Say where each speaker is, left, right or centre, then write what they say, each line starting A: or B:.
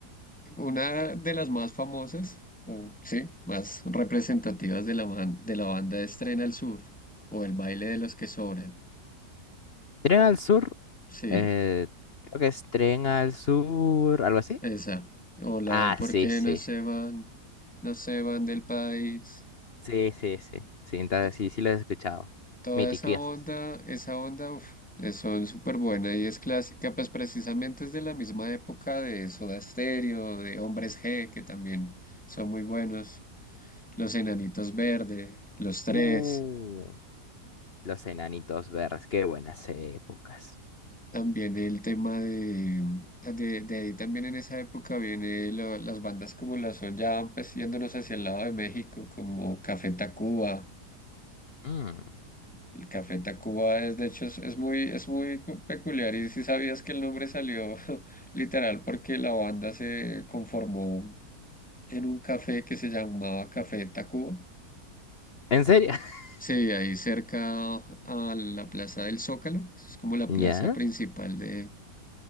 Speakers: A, in the centre; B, on the left.
A: una de las más famosas, o sí, más representativas de la, ban- de la banda Estrena al Sur o El baile de los que sobran.
B: Tren al sur,
A: Sí.
B: eh, creo que es Tren al sur, algo así.
A: Esa. O la
B: Ah,
A: de por
B: sí,
A: qué
B: sí,
A: no se
B: sí.
A: van, no se van del país.
B: Sí, sí, sí. Sí, entonces
A: To-
B: sí, sí los he escuchado.
A: Toda
B: Mitiquiosos.
A: esa onda, esa onda, uf, es- son súper buena y es clásica, pues precisamente es de la misma época de Soda Stereo, de Hombres G, que también son muy buenos. Los Enanitos Verde, Los Tres.
B: Uh, los enanitos verdes, qué buenas épocas.
A: También el tema de, de, de ahí también en esa época viene lo- las bandas como las Son Ya, pues yéndonos hacia el lado de México, como Café Tacuba.
B: Mm,
A: El Café Tacuba es, de hecho, es, es muy, es muy cu- peculiar y si sabías que el nombre salió <laughs> literal porque la banda se conformó en un café que se llamaba Café Tacuba.
B: ¿En serio? <laughs>
A: Sí, ahí cerca a la Plaza del Zócalo, es como la
B: ¿Ya?
A: plaza principal de,